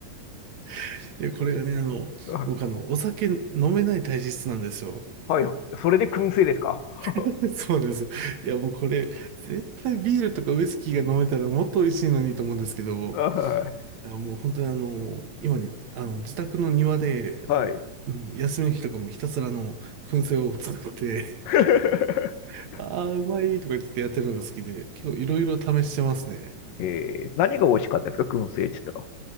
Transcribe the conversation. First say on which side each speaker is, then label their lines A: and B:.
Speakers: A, on the right; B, on the left.
A: <laughs> いや、これがね、あの、
B: <laughs>
A: 僕あの、お酒飲めない体質なんですよ。
B: はい。それで燻製ですか <laughs>
A: <laughs> そうなんです。いや、もうこれ、絶対ビールとかウイスキーが飲めたらもっと美味しいのにと思うんですけど、
B: は
A: いや、もう本当にあの、今に、あの、自宅の庭で、
B: い。はい。
A: うん休みの日とかもひたすらあの、燻製を作って、
B: <laughs>
A: <laughs> ああ、うまいとか言ってやってるのが好きで、結構いろいろ試してますね。
B: えー、何が美味しかったですか燻製って言ったら。